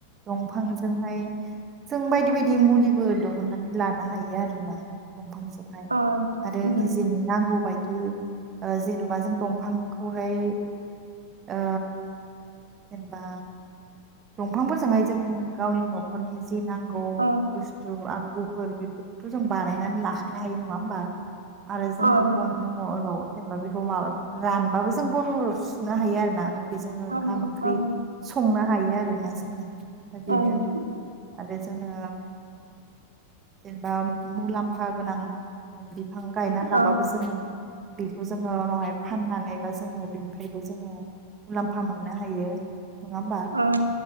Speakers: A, on the right; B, on the right.
A: दंफां दंफांजोंहाय जों बायदि- बायदि मुलिबो दिहुननानै लानो हायो आरो ना। दंफांजोंहाय
B: अ नोंथां
A: आरो
B: उम
A: निजेनि नांगौबायायदि ओ जेन'बा जों दंफांखौहाय ओ जेनेबा दंफांफोरजोंहाय जों गावनि न'खरनि जि नांगौ
B: अ
A: बुस्थु आगजुफोर बेफोरख थ' जों बानायनानै लाखानो हायो नङाहोमबा आरो जोङो
B: अ नोंथां
A: बन महराव जेनेबा बेखौ माबा रानबाबो जों बन महाराव सुनो हायो आरोना। बेजों ओंखाम-ओंख्रि
B: अ नोंथां
A: संनो हायो आरोना जोङो दा बेनो
B: अ नोंथां
A: आरो जोङो जेनेबा मुलाम्फा गोनां बिफां गायना लाबाबो
B: अ
A: जों बेखौ जोङो उनावहाय फाननानैबा जोङो बिनिफ्रायबो जोङो मुलाम्फा मोननो हायो। नङा होमबा
B: ओ